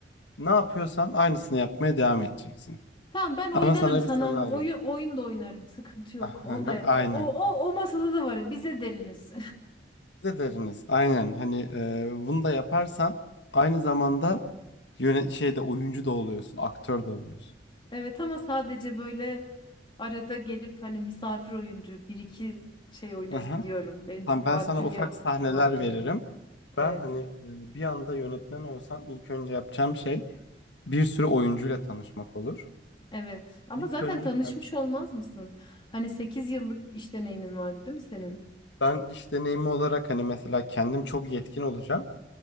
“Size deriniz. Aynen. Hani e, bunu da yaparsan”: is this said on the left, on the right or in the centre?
Left